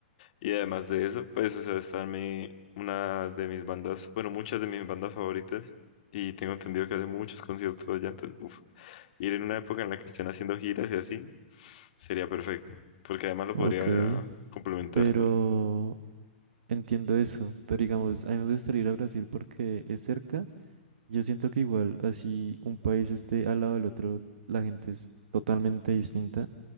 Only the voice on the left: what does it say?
Y además de eso, pues, o sea, está mi, una de mis bandas, bueno, muchas de mis bandas favoritas. Y tengo entendido que hace muchos conciertos allá, entonces, uf, ir en una época en la que estén haciendo giras y así, sería perfecto. Porque además lo
podría complementar.